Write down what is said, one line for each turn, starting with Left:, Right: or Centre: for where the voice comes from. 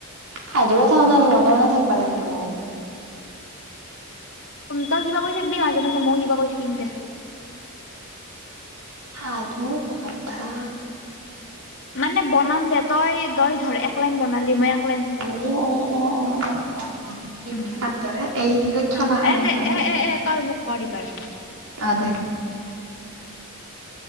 Right: সাধুকথা শুনালে মনে মনে থাকিব লাগিব।
Left: তই কিবা কই থাকিবি মাজে মাজে ময়ো কিবা কই থাকিম দে।
Right: সাধুকথা
Left: মানে বনাম দে তই তই ধৰ এক লাইন বনালি মই এ
Right: গেম
Left: উম
Right: খেলাৰ দৰে এই খেলা
Left: আহ
Right: খেলাৰ
Left: এ দে
Right: দৰে
Left: এ এ এ তই মোক কৰ এইবাৰ <unintelligible>
Right: অ' দে।
Left: <inaudible>